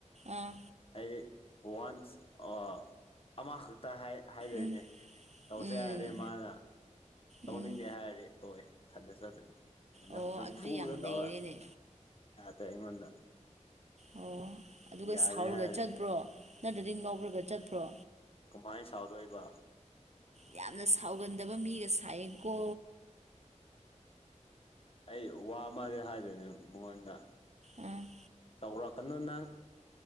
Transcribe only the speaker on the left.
ꯑꯩꯗꯤ ꯋꯥꯟꯁ ꯑꯥ ꯑꯃꯈꯛꯇ ꯍꯥꯏꯗꯣꯏꯅꯦ
ꯇꯧꯁꯦ
ꯍꯥꯏꯔꯦ ꯃꯥꯅ ꯇꯧꯅꯤꯡꯗꯦ
ꯍꯥꯏꯔꯗꯤ ꯇꯣꯛꯑꯦ ꯏꯊꯟꯗ ꯆꯠꯇꯣꯏꯅꯦ
ꯅꯝꯐꯨꯗ
ꯇꯧꯔ
ꯇꯦ ꯑꯩꯉꯣꯟꯗ
ꯌꯥꯗꯦ
ꯍꯥꯏꯔꯦ
ꯃꯥꯏ ꯁꯥꯎꯗꯣꯏꯕ
ꯑꯩ ꯋꯥ ꯃꯥꯜꯂꯦ ꯍꯥꯏꯗꯣꯏꯅꯦ ꯃꯉꯣꯟꯗ
ꯇꯧꯔꯛꯀꯅꯨ ꯅꯪ